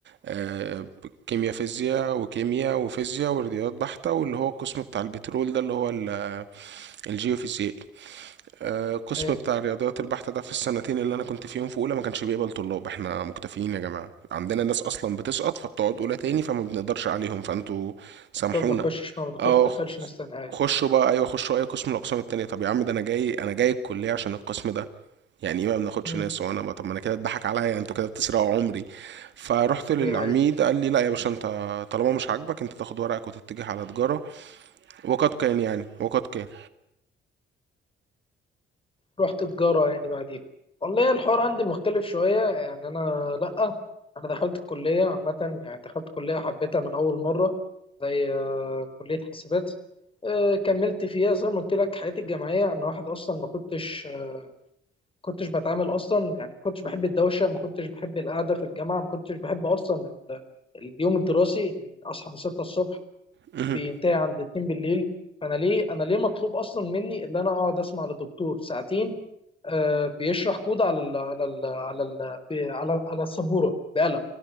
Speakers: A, on the right (about 65°); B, on the left (about 25°).
A: آه، كيمياء فيزياء وكيمياء وفيزياء ورياضيات بحتة واللي هو القسم بتاع البترول ده اللي هو ال- الجيوفيزيائي آه، القسم
B: ايوه
A: بتاع الرياضيات البحتة ده في السنتين اللي انا كنت فيهم في اولى ما كانش بيقبل طلاب احنا مكتفيين يا جماعة عندنا ناس اصلا بتسقط فبتقعد اولى تاني فما بنقدرش عليهم فانتوا سامحونا
B: ما بنخشش ما بندخلش
A: اه خ- خ-
B: ناس تانية ايوه
A: خشوا بقى ايوه خشوا اي قسم من الاقسام التانية طب يا عم ده انا جاي انا جاي الكلية عشان القسم ده يعني ايه ما بناخدش
B: مم.
A: ناس وانا بقى- طب ما انا كده اتضحك عليا انتوا كده بتسرقوا عمري فرحت للعميد
B: ايوه أيوة.
A: قال لي لا يا باشا انت طالما مش عاجبك انت تاخد ورقك وتتجه على تجارة وقد كان يعني وقد كان
B: رحت تجارة يعني بعديها والله الحوار عندي مختلف شوية يعني أنا لأ أنا دخلت الكلية عامة يعني دخلت كلية حبيتها من أول مرة زي آه، كلية حاسبات آه، كملت فيها زي ما قلت لك حياتي الجامعية أنا واحد أصلا ما كنتش ما كنتش بتعامل أصلا يعني ما كنتش بحب الدوشة ما كنتش بحب القعدة في الجامعة ما كنتش بحب أصلا ال- اليوم الدراسي من أصحى من 6 الصبح
A: مهم.
B: بينتهي عند 2 بالليل فأنا ليه أنا ليه مطلوب أصلا مني إن أنا أقعد أسمع لدكتور ساعتين آه، بيشرح كود على ال على ال على ال بي- على على السبوره بقلم